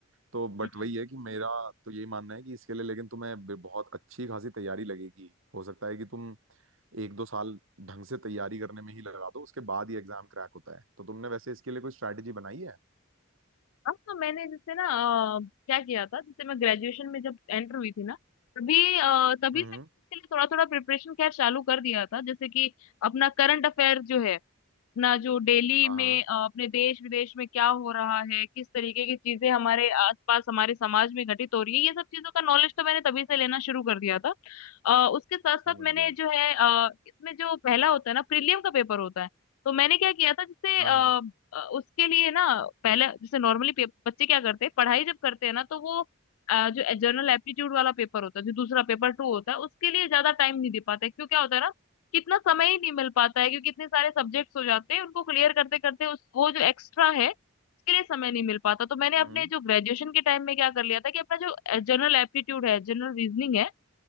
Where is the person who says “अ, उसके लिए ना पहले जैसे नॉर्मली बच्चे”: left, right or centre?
Left